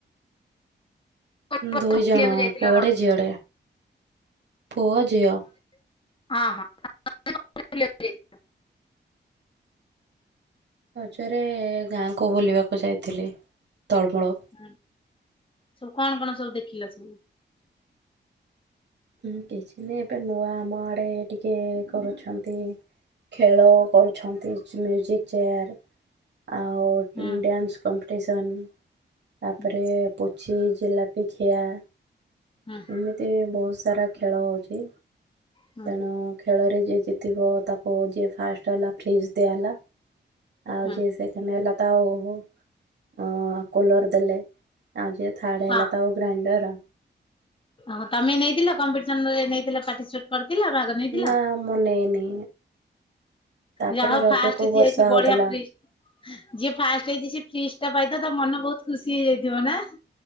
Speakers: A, on the left; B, on the right.
A: ବୁଲିବାକୁ
B: ଦୁଇଜଣ
A: ଯାଇଥିଲ
B: ପୁଅଡେ
A: ରଜ
B: ଝିଅଡେ- ପୁଅ ଝିଅ।
A: ଅଁ -ହଁ। ବୁଲିବାକୁ ଯାଇଥିଲ।
B: ରଜରେ ଗାଁକୁ ବୁଲିବାକୁ ଯାଇଥିଲି ତଳମୂଳୁ।
A: ହୁଁ ସବୁ କଣ କଣ ସବୁ ଦେଖିଲ ସବୁ?
B: ହଁ କିଛି ନି ଏବେ ନୂଆ ଆମ ଆଡେ ଟିକେ କରୁଛନ୍ତି ଖେଳ କରୁଛନ୍ତି ମ୍ୟାଜିକ୍ ଚେୟାର୍ ଆଉ ଡ୍ୟାନ୍ସ
A: ହୁଁ
B: କମ୍ପିଟିସନ୍ ତାପରେ
A: ହୁଁ
B: ପୁଚି ଜିଲପି ଖିଆ
A: ହୁଁ
B: ଏମିତି ବହୁତ୍ ସା ସାରା ଖେଳ ହଉଚି
A: ହୁଁ
B: ତେଣୁ ଖେଳରେ ଯିଏ ଜିତିବ ତାକୁ ଯିଏ ଫାଷ୍ଟ୍ ହେଲା ଫ୍ରିଜ୍ ଦିଆହେଲା। ଆଉ
A: ହୁଁ।
B: ଯିଏ ସେକେଣ୍ଡ୍ ହେଲା ତା -ଉ ଅଁ-କୁଲର୍ ଦେଲେ ଆଉ ଯିଏ ଥାଡ୍ ହେଲା
A: ହଁ
B: ତାକୁ ଗ୍ରାଇଣ୍ଡର
A: ହଁ ତମେ ନେଇଥିଲ କମ୍ପିଟିସନ ରେ ନେଇଥିଲ ପାର୍ଟିସିପେଟ୍ କରିଥିଲ ଭାଗ ନେଇଥିଲ?
B: ନାଁ ମୁଁ ନେଇନି। ତାପରେ
A: ଯା ହଉ
B: ରଜକୁ
A: ଫାଷ୍ଟେ ହେଇଚି
B: ବର୍ଷା ହଉଥିଲା
A: ବଢିଆ ଫ୍ରିଜ୍ ଯିଏ ଫାଷ୍ଟେ ହେଇଚି ସିଏ ଫ୍ରିଜ୍ ଟା ପାଇଥିବ ତା ମନ ବହୁତ୍ ଖୁସି ହେଇଯାଇଥିବ ନା।